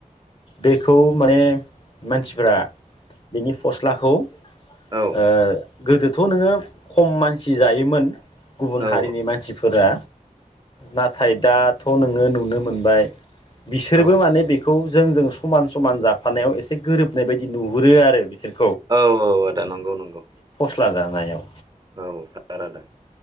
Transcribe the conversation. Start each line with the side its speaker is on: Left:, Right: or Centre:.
Left: बेखौ माने मानसिफोरा बेनि फस्लाखौ ओ
Right: औ
Left: गोदोथ' नोङो खम मानसि जायोमोन गुबुन
Right: औ
Left: हारिनि मानसिफोरा नाथाय दा थ' नोङो नुनो मोनबाय। बिसोरबो
Right: औ
Left: माने बेखौ खौ जों जों समान समान जाफानायाव एसे गोरोबनाय बायदि नुहुरो आरो बिसोर
Right: औ औ आदा नंगौ नंगौ।
Left: स्ला जानायाव
Right: औ थारानो।